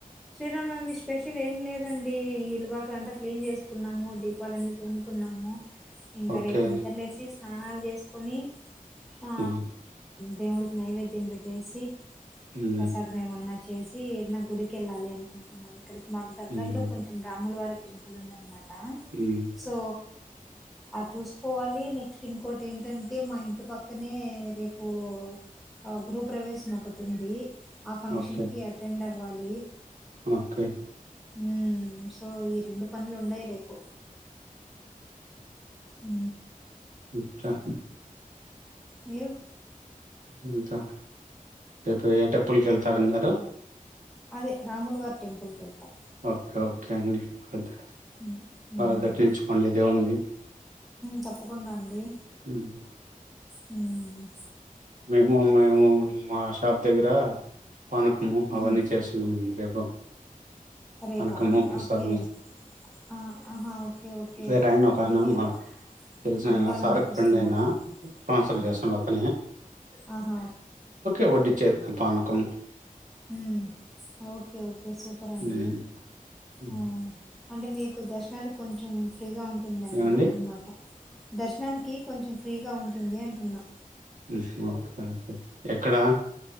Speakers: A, in the centre; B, on the right.
A: శ్రీరామ నవమి స్పెషల్ ఏం లేదండి ఈ ఇలువాకల అంతా క్లీన్ చేసుకున్నాము దీపాలన్నీ తుమ్ముకున్నాము ఇంకా
B: ఓకే.
A: రేపు నిద్ర లే స్నానాలు చేసుకొని ఆ
B: ఉ హ
A: దేవుడికి నైవేద్యం పెట్టేసి
B: హ్మ్.
A: ప్రసాదం ఏమన్నా చేసి ఈ నాకు గుడికి వెళ్ళాలి ఇక్కడికి మాకు దగ్గరలో
B: హ్మ్.
A: కొంచెం రాములు వారికి టెంపుల్ ఉంది అనమాట ఆ
B: హ్మ్.
A: సో అది చూసుకోవాల ఈన్నే పిన్ కోడ్ ఏంటంటే మా ఇంటి పక్కనే రేపు ఆ గృహ ప్ర్రవేశం ఒకటి ఉంది ఆ ఫంక్షన్
B: ఓకే.
A: కి అటెండ్ అవ వాలి
B: ఓకే
A: ఉ సో ఇ ఇంకా పనులు ఉండయి రేపు ఉ
B: అచ్చా
A: మీరు
B: అంత రేపు ఏటప్పులకి వెళ్తారన్నారు
A: అదే రాములు వారి టెంపుల్ క వెళ్తాం
B: ఓకే ఓకే అండి అద్ద
A: మ్మ్.
B: బాగా
A: మ్మ్.
B: దర్శించుకోండి దేవున్ని
A: తప్పకుండా అండి
B: హ్మ్
A: హ్మ్
B: మేము మేము ఈ మా షాప్ దగ్గర పానుకము
A: ఉమ్
B: అవన్నీ చేస్తున్నాము రేపు ఓ
A: రేపా
B: అనకమ్ము ప్రసాదం
A: ఓకే ఆ ఆహా ఓకే ఓకే
B: సరే ఆయన ఒక
A: అంటే
B: ఆయన
A: మీరు
B: మా తెలిసిన
A: అన్నదానం
B: ఆయన సార్
A: చేపిస్తున్నారు
B: ఫ్రెండ్ అయినా ట్రాన్స్ఫర్
A: ఆహా
B: చేస్తుడు అతనే
A: ఆహా
B: ఒడ్డించది అప్ప అనకు
A: హ్మ్ ఓకే ఓకే సూపర్ అండి
B: ఉమ్. ఉమ్.
A: హ్మ్ అంటే మీ దర్శనాలు కొంచెం ఫ్రీగా ఉంట ఉంటుందిమా
B: ఏమండి
A: అన్నమాట దర్శనానికి కొంచెం ఫ్రీగా ఉంటుంది అంటున్నా
B: ఉమ్ ఓకేే ఎక్కడ